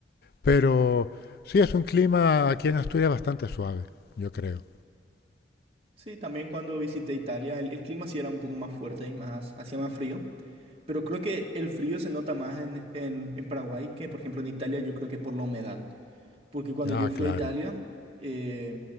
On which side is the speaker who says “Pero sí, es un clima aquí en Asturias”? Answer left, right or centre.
Left